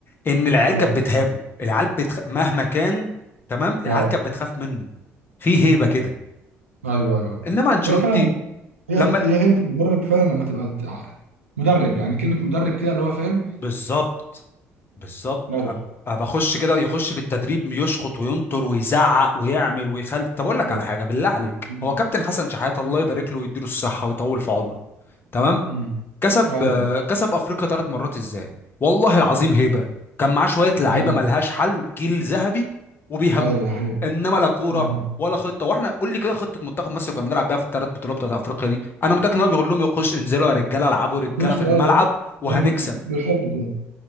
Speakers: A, on the left; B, on the right.
A: ان العيال
B: اه
A: كانت بتهابه العيال بتخ... مهما كان تمام العيال
B: اه
A: كانت بتخاف منه في هيبه كده
B: ايوه ايوه
A: انما انشيلوتي
B: هي فعلا هي
A: لما
B: هي هيبة المدرب فعلا لما تبقى تع- مدرب يعني كلمة مدرب كده اللي هو فاهم
A: بالظبط بالظبط
B: ايوه
A: أب... بخش كده يخش في التدريب يشخط وينطر ويزعق ويعمل ويخل طب اقول
B: بالظبط
A: لك على حاجه بالله عليك
B: مم.
A: هو كابتن حسن شحاته الله يبارك له ويديله الصحه ويطول في عمره تمام
B: مم.
A: كسب
B: ايوه
A: آه، كسب افريقيا ثلاث مرات ازاي والله العظيم هيبه كان معاه شويه لعيبه
B: ده حقيقي
A: ملهاش حل جيل ذهبي وبيهابوه
B: ايوه ده حقيقي
A: انما لا كوره
B: ده حقيقي
A: ولا خطه واحنا قول لي كده خطه منتخب مصر كنا بنلعب بيها في الثلاث بطولات بتاعت افريقيا دي انا متاكد ان هو بيقول لهم يخش انزلوا يا رجاله العبوا رجاله
B: مش
A: في
B: اه
A: الملعب وهنكسب
B: لم- بالحب كده